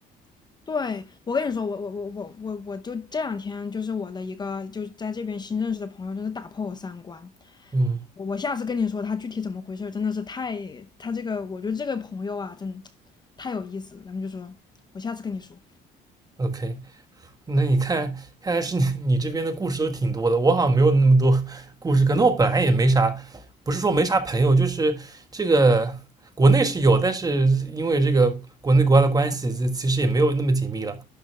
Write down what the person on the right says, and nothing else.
嗯
，OK，那你看，看来是你你这边的故事都挺多的，我好像没有那么多故事，可能我本来也没啥，不是说没啥朋友，就是这个国内是有，但是因为这个国内国外的关系，就其实也没有那么紧密了。